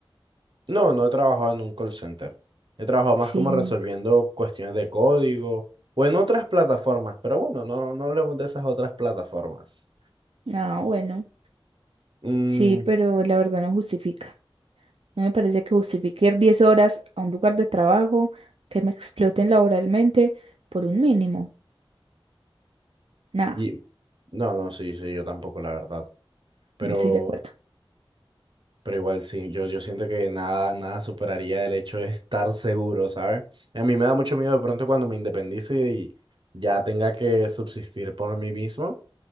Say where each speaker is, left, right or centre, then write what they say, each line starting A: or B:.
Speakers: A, on the right (about 60°); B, on the right (about 80°).
A: No, no he trabajado en un call center. He trabajado más
B: Sí.
A: como resolviendo cuestiones de código o en otras plataformas, pero bueno, no, no hablemos de esas otras plataformas.
B: Ah, bueno.
A: Mm,
B: Sí, pero la verdad no justifica. No me parece que justifique ir 10 horas a un lugar de trabajo que me exploten laboralmente por un mínimo. Nada,
A: y, no, no, sí, sí, yo tampoco, la verdad. Pero,
B: no estoy de acuerdo.
A: pero igual sí, yo, yo siento que nada, nada superaría el hecho de estar seguro, ¿sabes? A mí me da mucho miedo de pronto cuando me independice y ya tenga que subsistir por mí mismo.